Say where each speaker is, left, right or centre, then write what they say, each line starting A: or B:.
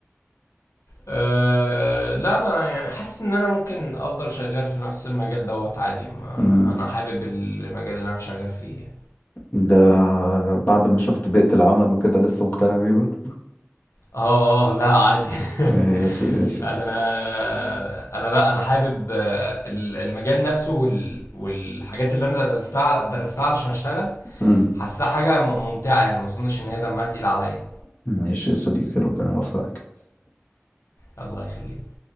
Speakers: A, on the left; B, on the left.
A: أه لا انا يعني حاسس ان انا ممكن افضل شغال في نفس المجال دوت عادي ما
B: امم
A: انا حابب المجال اللي انا شغال فيه
B: ده بعد ما شفت بيئة العمل وكده لسه مقتنع بيه برضه
A: اه اه لا عادي <laughs>
B: ماشي ماشي
A: انا انا لا انا حابب آه، ال- المجال نفسه وال- والحاجات اللي انا درستها على- درستها علشان اشتغل
B: امم
A: حاسها حاجه م- ممتعه يعني ما اظنش ان هي دمها تقيل عليا
B: ماشي يا صديقي ربنا يوفقك
A: الله يخليك